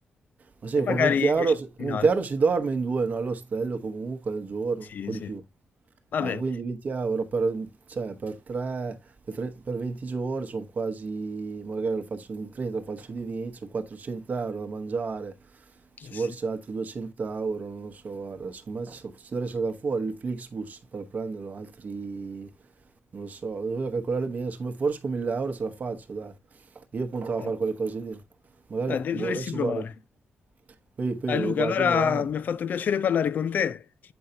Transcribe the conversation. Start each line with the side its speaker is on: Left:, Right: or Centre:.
Right: Ma sì,
Left: e magari
Right: con 20 euro,
Left: riesci
Right: con
Left: a combinare.
Right: 20 euro si dorme in due, no? All'ostello comunque al giorno,
Left: Sì,
Right: o
Left: sì.
Right: di più.
Left: Vabbè.
Right: Eh, quindi 20 euro per, cioè, per, tre- per tre- per 20 giorni sono quasi, magari lo faccio di 30, lo faccio di 20, sono 400 euro da mangiare, ci
Left: Eh
Right: forse
Left: sì.
Right: altri 200 euro, non lo so, guarda, secondo me ci so- ci dovrei saltare fuori il Flixbus per prenderlo, altri, non lo so, dovrei calcolare bene, secondo me forse con 1000 euro ce la faccio, dai. Io puntavo
Left: Eh.
Right: a fare quelle cose lì, magari,
Left: Dai, de-
Right: boh,
Left: dovresti
Right: adesso
Left: provare.
Right: guardo. Poi, poi
Left: Dai Luca,
Right: guardo
Left: allora
Right: bene,
Left: mi ha fatto piacere parlare con te.